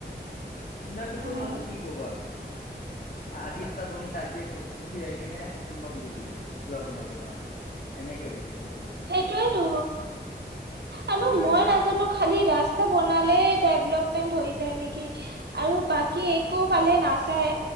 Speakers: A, on the left; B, on the right.
A: <unintelligible> টোতো
B: উম
A: মানে কি ক'বা আৰু আজি তা বনিছ আজি খি যাই কিনে কোনোবা দি দিব কিবা বনাব কাৰণে এনেকে হৈ গৈছে। পুৰা
B: সেইটোৱেই তো আনো
A: এইটোয়ে
B: মই
A: মানে
B: নাজানো
A: না
B: খালি ৰাস্তা বনালে ডেভপলমেন্ট হৈ নেকি আৰু বাকী একো ফালে নাচায়